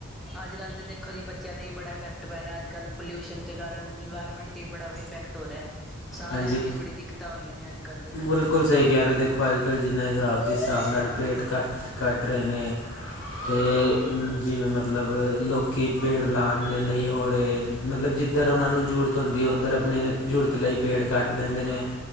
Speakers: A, in the centre; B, on the left.
A: ਅੱਜ-ਕੱਲ ਤਾਂ ਦੇਖੋ ਜੀ ਬੱਚਿਆਂ ਤੇ ਵੀ ਬੜਾ ਇਫੈਕਟ ਪੈ ਰਿਹਾ। ਅੱਜ-ਕੱਲ ਪੋਲਿਊਸ਼ਨ ਦੇ ਕਾਰਨ ਇਨਵਾਇਰਮੈਂਟ ਤੇ ਬੜਾ ਇਫੈਕਟ ਹੋ ਰਿਆ। ਸਾਹ
B: ਹਾਂਜੀ
A: ਲੈਣ ਚ ਵੀ ਬਣੀਆ ਦਿੱਕਤਾਂ ਆ ਰਹੀਆਂ ਨੇ ਅੱਜ-ਕੱਲ।
B: ਬਿਲਕੁਲ ਸਹੀ ਕਹਿ ਨੇ ਦੇਖੋ, ਅੱਜ-ਕੱਲ੍ਹ ਜਿੰਨਾ ਹਿਸਾਬ ਜਿਸ ਹਿਸਾਬ ਨਾਲ ਪੇਟ ਕੱਟ ਕੱਟ ਰਹੇ ਨੇ ਅਤੇ ਜਿਵੇਂ ਮਤਲਬ ਲੋਕੀ ਪੇੜ ਲਾ ਨੇ ਨਹੀਂ ਹੋ ਰਹੇ। ਮਤਲਬ ਜਿੱਧਰ ਉਹਨਾਂ ਨੂੰ ਜ਼ਰੂਰਤ ਹੁੰਦੀ ਹੈ। ਉੱਧਰ ਆਪਣੇ ਜ਼ਰੂਰਤ ਲਈ ਪੇੜ ਕੱਟ ਦਿੰਦੇ ਨੇ।